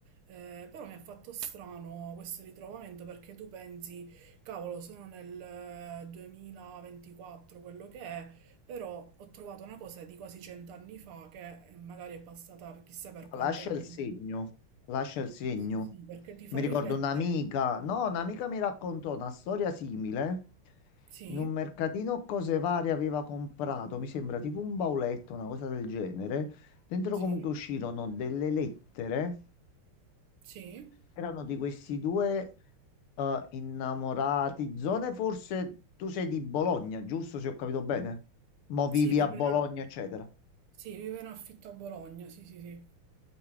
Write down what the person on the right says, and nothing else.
Eh, però mi ha fatto strano questo ritrovamento perché tu pensi, cavolo, sono nel eh, 2024, quello che è, però ho trovato una cosa di quasi cent'anni fa che eh, magari è passata per chissà per
quante
mani.
Sì, sì, sì, perché ti
fa
riflettere.
Sì,
sì,
sì,
sì, vive
in,
sì, vive in affitto a Bologna, sì, sì, sì,